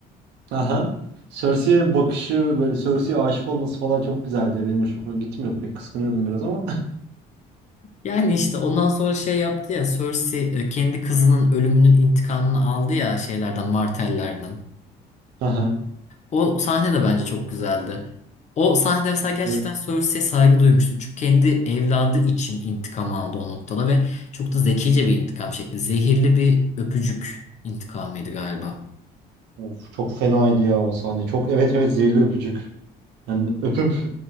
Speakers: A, on the right (about 85°); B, on the left (about 45°).
A: Aha. Cersei'ye bakışı böyle Cersei'ye aşık olması falan çok güzeldi ya. Benim hoşuma gitmiyordu. Pek kıskanıyordum biraz ama.
B: Yani işte ondan sonra şey yaptı ya Cersei e, kendi kızının ölümünün intikamını aldı ya şeylerden, Martell'lerden.
A: <laughs> Aha.
B: O sahne de bence çok güzeldi. O sahnede mesela gerçekten
A: Evet.
B: Cersei'ye saygı duymuştum. Çünkü kendi evladı için intikam aldı o noktada ve çok da zekice bir intikam şekli. Zehirli bir öpücük intikamıydı galiba.
A: Of, çok fenaydı ya o sahne. Çok evet evet zehirli öpücük. Yani öpüp